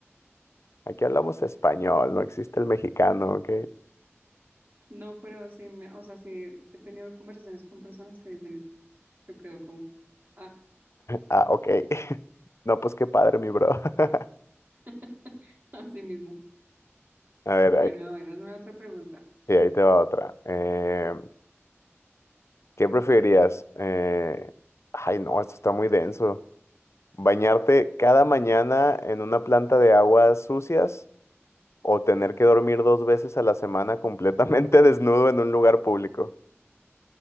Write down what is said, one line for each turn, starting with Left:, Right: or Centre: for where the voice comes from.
Left: Aquí hablamos español, no existe el mexicano, ¿ok?
Right: No, pero sí, me, o sea, sí he tenido conversaciones con personas que dicen eso. Yo quedo como, ah,
Left: Ah, ok. <laughs> No, pues qué padre, mi bro. <laughs>
Right: <laughs> así mismo.
Left: A ver,
Right: Bueno,
Left: ahí,
Right: a ver, hazme otra pregunta.
Left: sí, ahí te va otra. Eh, ¿qué preferirías? Eh, ay, no, esto está muy denso. ¿Bañarte cada mañana en una planta de aguas sucias O tener que dormir dos veces a la semana completamente <laughs> desnudo en un lugar público.